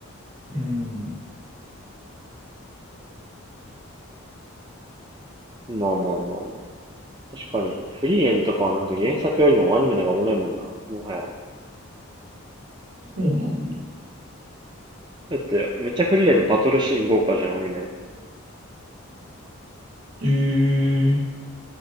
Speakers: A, on the right; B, on the right.
A: うん。
B: まあまあまあまあ。確かに、フリーレンとかはなんか原作よりもアニメの方がおもろいもんな。もはや。
A: そうなんだ。
B: だって、めっちゃフリーレンでバトルシーン豪華じゃん、アニメ。
A: ええ